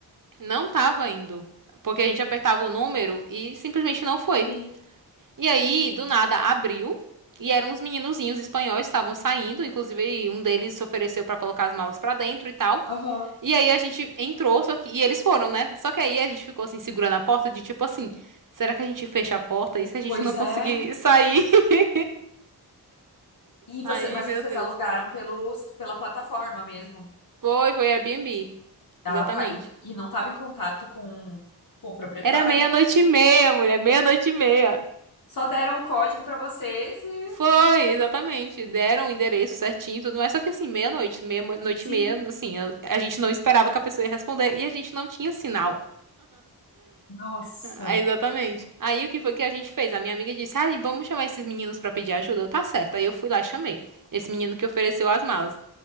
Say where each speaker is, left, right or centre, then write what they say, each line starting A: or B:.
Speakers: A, on the right; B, on the left.
A: não tava indo. Porque a gente apertava o número e simplesmente não foi.
B: Sim.
A: E aí, do nada, abriu. E eram uns meninozinhos espanhóis, que estavam saindo. Inclusive, um deles se ofereceu pra colocar as malas pra dentro e tal.
B: Aham.
A: E aí, a gente entrou, só que... E eles foram, né? Só que aí, a gente ficou, assim, segurando a porta de tipo assim... Será que a gente fecha a porta? E se a gente
B: Pois
A: não conseguir
B: é.
A: sair? <laughs>
B: E você,
A: Aí,
B: mas
A: meu
B: vocês
A: Deus.
B: alugaram pelos, pela plataforma mesmo.
A: Foi, foi Airbnb.
B: Ela
A: Exatamente.
B: tá, e, e não estava em contato com, com o proprietário.
A: Era meia-noite e meia, mulher, meia-noite e meia.
B: Só deram o código para vocês e.
A: Foi, exatamente. Deram o endereço certinho, e tudo mais. Só que assim, meia-noite, meia-noite
B: Sim.
A: e meia, assim, eu- a gente não esperava que a pessoa ia responder e a gente não tinha sinal.
B: Nossa.
A: Ah, exatamente. Aí o que foi que a gente fez? A minha amiga disse: Ah, vamos chamar esses meninos pra pedir ajuda. Eu, tá certo. Aí eu fui lá e chamei. Esse menino que ofereceu as malas.